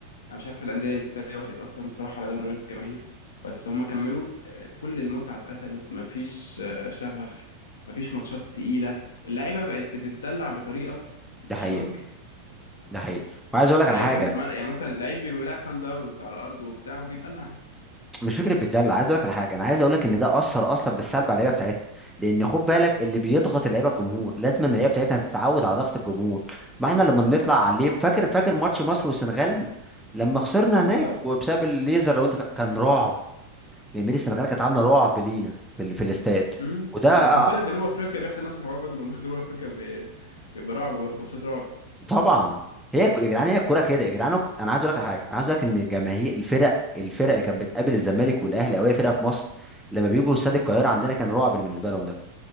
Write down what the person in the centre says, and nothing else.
ده
حقيقه
ده حقيقه وعايز اقول لك
على حاجه
مش فكره بتدلع عايز اقول لك على حاجه انا عايز اقول لك ان ده اثر اصلا بالسلب على اللعيبه بتاعتنا لان خد بالك اللي بيضغط اللعيبه الجمهور لازم ان اللعيبه بتاعتنا تتعود على ضغط الجمهور ما احنا لما بنطلع
عليه فاكر فاكر ماتش مصر والسنغال لما خسرنا
هناك وبسبب الليزر لو انت فا... كان رعب يعني السنغال كانت عامله رعب لينا في, ال... في الاستاد
وده
آه،
طبعا هي ك- يا جدعان هي الكوره كده يا جدعان انا عايز اقول لك على حاجه انا عايز اقول لك ان الجماهير الفرق الفرق اللي كانت بتقابل الزمالك والاهلي او اي فرقه في مصر لما بيجوا استاد القاهره عندنا كان رعب بالنسبه لهم ده